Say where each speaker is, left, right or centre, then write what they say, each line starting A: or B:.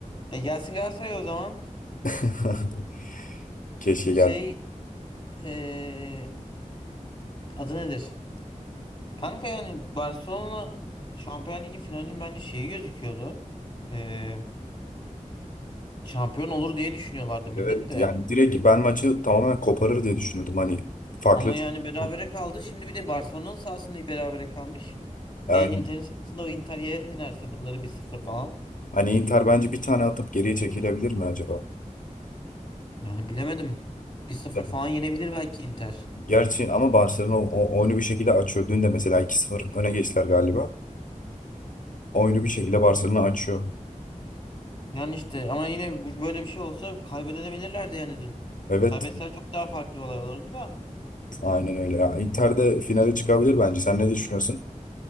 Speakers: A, on the left; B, on the left.
A: Ya gelsin Galatasaray o zaman.
B: <laughs> Keşke
A: Şey
B: gel.
A: eee, adı nedir? Kanka yani Barcelona Şampiyon Ligi finalinin bence şeyi gözüküyordu. E, Şampiyon olur diye düşünüyorlardı millet
B: Evet
A: de.
B: yani direkt ben maçı tamamen koparır diye düşünüyordum hani farklı.
A: Ama yani berabere
B: <laughs>
A: kaldı. Şimdi bir de Barcelona'nın sahasında berabere kalmış.
B: aynen.
A: E Inter'in sahasında o Inter ye- yenerse bunları bir sıfır falan.
B: hani Inter bence bir tane atıp geriye çekilebilir mi acaba?
A: Yani bilemedim. Bir sıfır
B: <laughs>
A: falan yenebilir belki Inter.
B: Gerçi ama Barcelona o, o- oyunu bir şekilde açıyor. Dün de mesela 2-0 öne geçtiler galiba. Oyunu bir şekilde Barcelona açıyor.
A: Yani işte ama yine bu- böyle bir şey olsa kaybedebilirlerdi yani dün.
B: Evet,
A: Kaybetseler çok daha farklı bir olay olurdu da.
B: aynen öyle ya. Inter de finale çıkabilir bence. Sen ne düşünüyorsun?